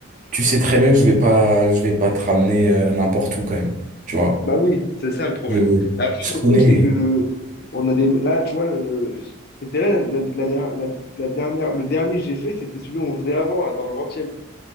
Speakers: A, on the right; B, on the left.
A: tu sais très bien que je vais pas, je vais pas te ramener euh, n'importe où quand même. Tu vois.
B: Bah oui, c'est ça le problème.
A: Je,
B: Après,
A: je connais.
B: le truc, c'est que on a des. Là, tu vois, le- c'était là la, la dernière, la- la dernière- le dernier que j'ai fait, c'était celui qu'on faisait avant, là, dans le vingtième